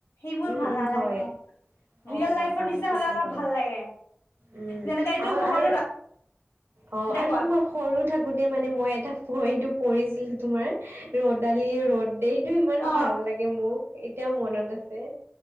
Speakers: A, on the left (about 75°); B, on the right (about 70°).
A: সেইবোৰ
B: উম
A: ভাল
B: উম
A: নালাগে
B: হয়।
A: মোক। ৰিয়েল
B: অ'
A: লাইফৰ
B: হয়
A: নিচিনা
B: ঠিকেই
A: হলে অলপ
B: ক'লা।
A: ভাল লাগে।
B: উম
A: যেনেকে এইটো
B: আৰু
A: মই
B: আৰু
A: ক'লো
B: অ
A: দে
B: আৰু
A: কোৱা
B: তোমাৰ সৰু থাকোতে মানে মই এটা পয়েমটো পঢ়িছিলো তোমাৰ, ৰদালিয়ে ৰ'দ দে, এইটো ইমান
A: অ
B: ভাল লাগে মোক এতিয়াও মনত আছে।